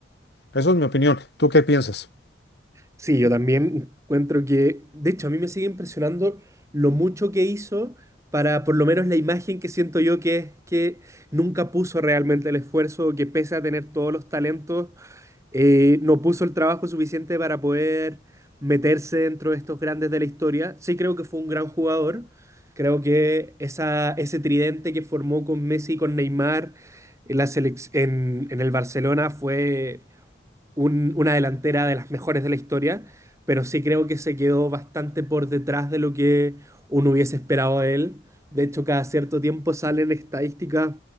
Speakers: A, on the left; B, on the right.
A: Eso es mi opinión. ¿Tú qué piensas?
B: Sí, yo también encuentro que, de hecho, a mí me sigue impresionando lo mucho que hizo para, por lo menos, la imagen que siento yo que es que nunca puso realmente el esfuerzo, que pese a tener todos los talentos eh, no puso el trabajo suficiente para poder meterse dentro de estos grandes de la historia. Sí creo que fue un gran jugador. Creo que esa, ese tridente que formó con Messi y con Neymar en, la selec- en, en el Barcelona fue un- una delantera de las mejores de la historia, pero sí creo que se quedó bastante por detrás de lo que uno hubiese esperado de él. De hecho, cada cierto tiempo salen estadísticas